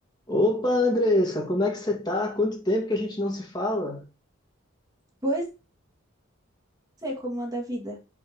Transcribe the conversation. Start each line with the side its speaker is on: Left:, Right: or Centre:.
Left: Opa, Andressa, como é que você tá? Quanto tempo que a gente não se fala?
Right: Pois é, como anda a vida.